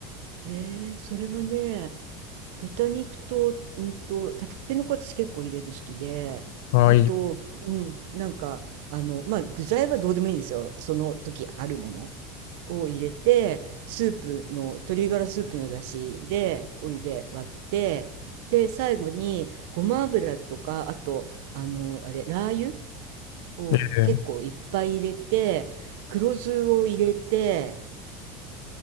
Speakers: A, on the right (about 75°); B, on the left (about 80°).
A: えー、それはね、豚肉と、うんと、たけのこ私結構入れるの好きで、
B: ああいいで
A: あと、うん、なんか、あの、まあ、具材はどうでもいいんですよ。その時あるものを入れて、スープの、鶏ガラスープの出汁で、お湯で割って、で、最後に、ごま油とか、あと、あの、あれ、ラー油を結構いっぱい入れて、
B: すね。
A: 黒酢を入れて、